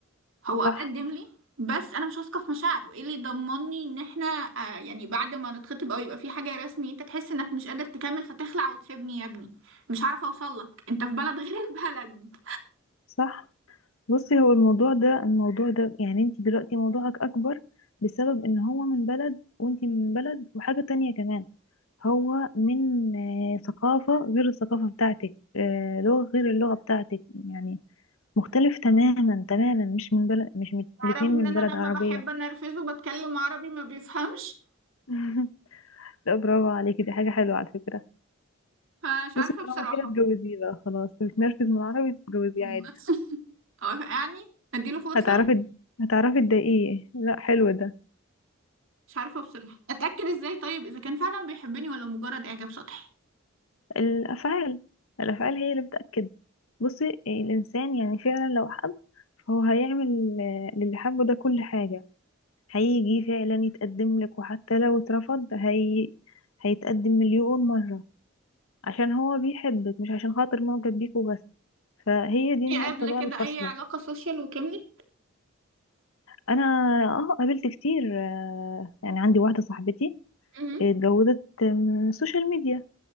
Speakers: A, on the right; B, on the left.
A: هو اتقدم
B: صح
A: لي بس انا مش واثقه في مشاعره ايه اللي يضمني ان احنا آه يعني بعد ما نتخطب او يبقى في حاجه رسمي انت تحس انك مش قادر تكمل فتخلع وتسيبني يا ابني مش عارفه اوصل لك انت في بلد غير البلد
B: صح بصي هو الموضوع ده الموضوع ده يعني انت دلوقتي موضوعك اكبر بسبب ان هو من بلد وانت من بلد وحاجه تانية كمان هو من آه، ثقافة غير الثقافة بتاعتك آه، لغة غير اللغة بتاعتك يعني مختلف تماما تماما مش من بلد مش من
A: تعرفي
B: الاتنين
A: ان
B: من
A: انا
B: بلد
A: لما
B: عربية
A: بحب انرفزه بتكلم عربي ما بيفهمش
B: <laughs> لا برافو عليكي دي حاجة حلوة على فكرة
A: فمش عارفه
B: بصي طالما
A: بصراحه
B: كده اتجوزيه بقى خلاص بتنرفز من العربي تتجوزيه
A: مم.
B: عادي
A: <laughs> او يعني اديله فرصه
B: هتعرفي هتعرفي تضايقيه لا حلو ده
A: مش عارفه بصراحه اتاكد ازاي طيب اذا كان فعلا بيحبني ولا مجرد اعجاب سطحي
B: الأفعال الأفعال هي اللي بتأكد بصي الإنسان يعني فعلا لو حب فهو هيعمل آه، للي حبه ده كل حاجة هيجي فعلا يتقدم لك وحتى لو اترفض هي... هيتقدم مليون مرة عشان هو بيحبك مش عشان خاطر معجب بيك وبس فهي دي
A: في
B: النقطة
A: قبل
B: بقى
A: كده
B: الفاصلة
A: اي علاقه سوشيال وكملي
B: أنا اه قابلت كتير آه، يعني عندي واحدة صاحبتي
A: مهم.
B: اتجوزت من السوشيال ميديا